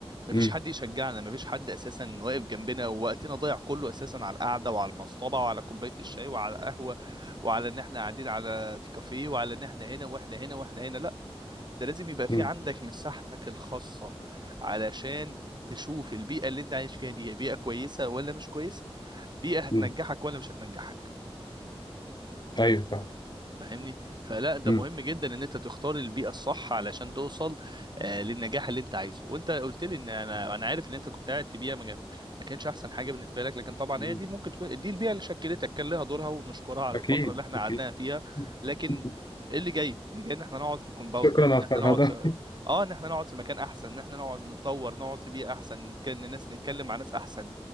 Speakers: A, on the right (about 45°); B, on the left (about 45°).
A: مفيش
B: امم
A: حد يشجعنا مفيش حد اساسا واقف جنبنا ووقتنا ضايع كله اساسا على القعده وعلى المصطبه وعلى كوبايه الشاي وعلى القهوه وعلى ان احنا قاعدين على في كافيه وعلى ان احنا هنا واحنا هنا واحنا هنا لا ده لازم يبقى في
B: امم
A: عندك مساحتك الخاصة علشان تشوف البيئة اللي انت عايش فيها دي هي بيئة كويسة ولا مش كويسة بيئة هتنجحك
B: امم
A: ولا مش هتنجحك
B: ايوه فاهم
A: فاهمني فلا ده
B: امم
A: مهم جدا ان انت تختار البيئه الصح علشان توصل آه، للنجاح اللي انت عايزه وانت قلت لي ان انا انا عارف ان انت كنت قاعد في بيئه ما كان- ما كانتش احسن حاجه بالنسبه لك لكن طبعا
B: مم.
A: هي دي ممكن تكون دي البيئه اللي شكلتك كان لها دورها ونشكرها على
B: اكيد
A: الفتره اللي احنا
B: اكيد
A: قعدناها فيها
B: <laughs>
A: لكن ايه اللي جاي اللي جاي ان احنا نقعد في كومباوند
B: شكرا على
A: ان احنا
B: الفرهده
A: نقعد في اه ان احنا نقعد في مكان احسن ان احنا نقعد نتطور نقعد في بيئه احسن نتكلم ناس نتكلم مع ناس احسن